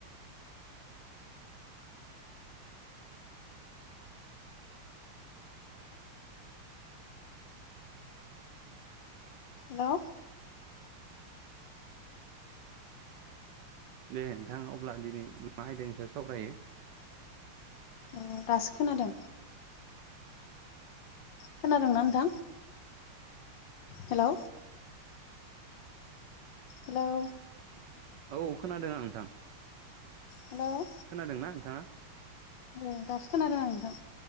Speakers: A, on the left; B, on the right.
A: हेलौ
B: दे नोंथां अब्ला दिनै मा आयदानि सायाव सावरायो?
A: अ दासो खोनादों। खोनादोंना नोंथां हेलौ हेलौ
B: औ खोनादोंं आं नोंथां।
A: हेलौ
B: खोनादों ना नोंथाङा?
A: उम दासो खोनादों नोंथां।